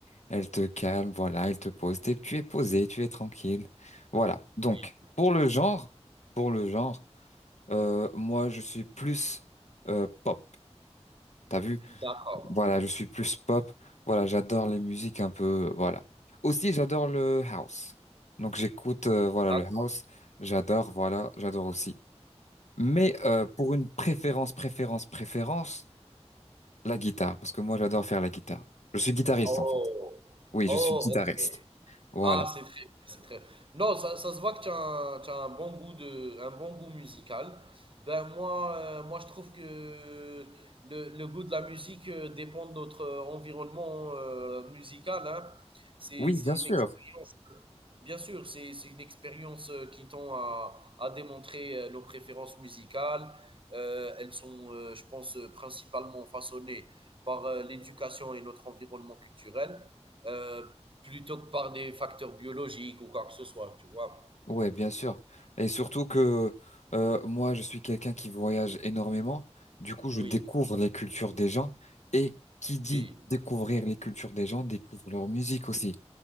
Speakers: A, on the left; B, on the right.
A: Elle te calme, voilà, elle te pose. T'es- tu es posé, tu es tranquille. Voilà.
B: oui,
A: Donc, pour le genre, pour le genre, euh, moi, je suis plus euh, pop. T'as vu?
B: d'accord,
A: Voilà, je suis plus pop. Voilà, j'adore les musiques un peu. Voilà. Aussi, j'adore le house. Donc, j'écoute, euh, voilà,
B: d'accord.
A: le house. J'adore, voilà, j'adore aussi. Mais euh, pour une préférence, préférence, préférence, la guitare, parce que moi, j'adore faire la guitare. Je suis guitariste,
B: Oh,
A: en fait. Oui, je
B: oh,
A: suis guitariste. Voilà.
B: Ah, c'est très c'est très non, ça ça se voit que tu as un tu as un bon goût de un bon goût musical. Ben, moi, heu, moi, je trouve que le le goût de la musique, heu, dépend de notre, heu, environnement, heu, musical, hein. C'est
A: Oui,
B: c'est
A: bien
B: une
A: sûr.
B: expérience, bien sûr, c'est c'est une expérience, heu, qui tend à à démontrer, heu, nos préférences musicales. Heu, elles sont, heu, je pense, heu, principalement façonnées par, heu, l'éducation et notre environnement culturel. Heu plutôt que par des facteurs biologiques ou quoi que ce soit, tu vois?
A: Ouais, bien sûr. Et surtout que euh, moi, je suis quelqu'un qui voyage énormément. Du coup, je
B: Oui,
A: découvre les cultures des gens. Et qui dit
B: oui,
A: découvrir les cultures des gens, découvre leur musique aussi.